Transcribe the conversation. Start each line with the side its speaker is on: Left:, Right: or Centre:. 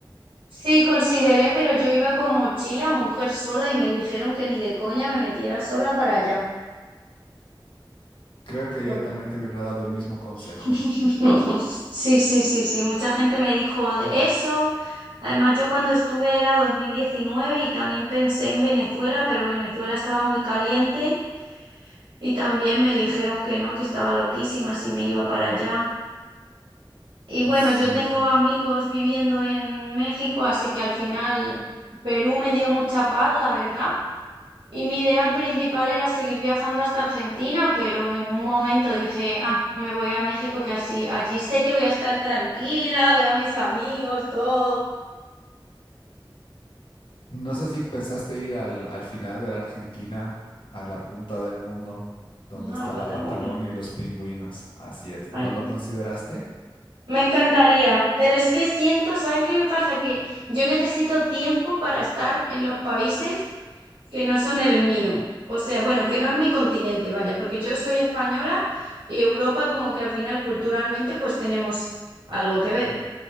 Right: Sí, consideré, pero yo iba con mochila, mujer sola, y me dijeron que ni de coña me metiera sola para allá.
Left: Creo que
Right: Por-
Left: yo también te hubiera dado el mismo consejo.
Right: <laughs> Sí, sí, sí, sí, mucha gente me dijo eso. Además, yo cuando estuve era 2019 y también pensé en Venezuela, pero Venezuela estaba muy caliente y también me dijeron que no, que estaba loquísima si me iba para allá. Y bueno,
Left: Sí.
Right: yo tengo amigos viviendo en México, así que al final Perú me dio mucha paz, la verdad. Y mi ideal principal era seguir viajando hasta Argentina, pero en un momento dije, ah, me voy a México, que así, allí sé que voy a estar tranquila, veo a mis amigos, todo.
Left: No sé si pensaste ir al, al final de la Argentina, a la punta del mundo, donde
Right: Ah,
Left: está
Right: Patagonia.
Left: la Patagonia y los pingüinos. Así es.
Right: Ay,
Left: ¿No lo consideraste?
Right: me encantaría, pero es que siento, ¿sabes qué me pasa? Que yo necesito tiempo para estar en los países que no son el mío. O sea, bueno, que no es mi continente, vaya, porque yo soy española y Europa como que al final culturalmente pues tenemos algo que ver.